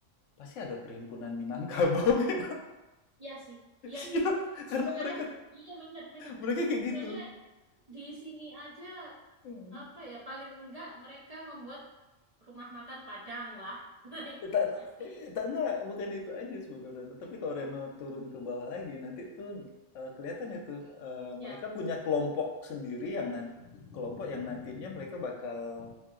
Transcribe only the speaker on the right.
Iya sih, iya
sih.
Iyalah,
iya benar-benar.
Soalnya
di sini aja
apa ya paling enggak mereka membuat rumah makan Padang lah. <laughs> Itu
pasti.
Ya.